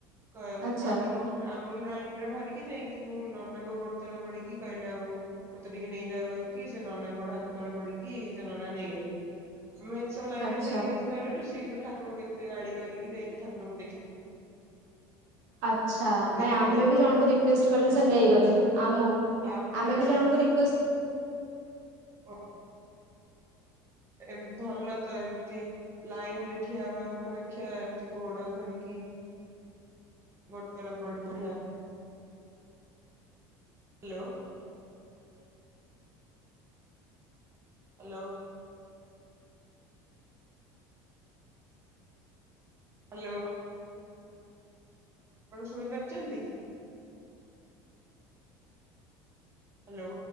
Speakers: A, on the right; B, on the right.
A: କଏ
B: ଆଚ୍ଛା
A: ଆମ ଆମ <unintelligible> ଲାଇନ ରେ ବାହାରିକି ଯାଇକି କୋଉ ନନାଙ୍କ ଗୋଡ ତଳେ ପିଡିକି କହିଲେ ଆଉ ମତେ ଟିକେ ନେଇଯାଅ କହିକି ସେ ନନାଙ୍କ ଗୋଡେ ହାତ ତଳେ ପଡିକି ସେ ନନା ନେଇଗଲେ। ଆମେ ଏ ସବୁ ଲାଇନ
B: ଆଚ୍ଛା
A: ଠିଆହେଇକି ଦେଖିପାରିଲୁନି ସେ କିନ୍ତୁ ଠାକୁରଙ୍କୁ ଏତେ ଗାଳି କରିକି ଯାଇକି ଠାକୁରଙ୍କୁ ଦେଖି
B: ଆଚ୍ଛା
A: ଦେଇକି
B: ନାଇଁ ଆମେବି
A: ପଳେଇ
B: ଜଣଙ୍କୁ ରିକ୍ୱଷ୍ଟେ କଲୁ
A: ଆସିଲେ
B: ସେ ନେଇଗଲେ
A: ସେଦିନ ସକାଳେ
B: ଆମକୁ।
A: ତାପରେ
B: ଆମେ ବି ଜଣଙ୍କୁ ରିକ୍ଵଷ୍ଟେ
A: ଓ ଏମ୍ ଭଲ ତ ଏମତି ଲାଇନରେ ଠିଆ ହବା ଅପେକ୍ଷା ଏମତି ଗୋଡ ଧରିକି। ଗୋଟେ ତଳେ ପଡିଛି ବଢିଆ ହାଲୋ। ହାଲୋ। ହାଲୋ। ଆପଣ ଶୁଣିପାରୁଚନ୍ତି। ହାଲୋ।